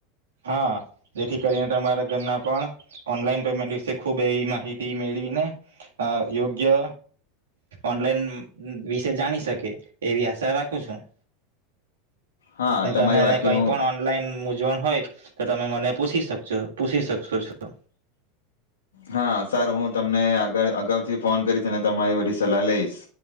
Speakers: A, on the right; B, on the left.
A: હા જેથી કરીને તમારા ઘરના પણ, ઓનલાઈન પેમેન્ટ વિશે ખુબ એવી માહિતી મેળવીને, યોગ્ય ઓનલાઈન વિશે જાણી શકે એવી આશા રાખું છું.
B: હા
A: તમે
B: તમારી
A: એને
B: વાતથી
A: કઈ
B: હું
A: પણ ઓનલાઈન મુ જો હોય, તો તમે મને પૂછી શકો પૂછી શકશો છો.
B: હા સારું હું તમને આગળ અગાઉથી ફોન કરીશ અને તમારી બધી સલાહ લઈશ.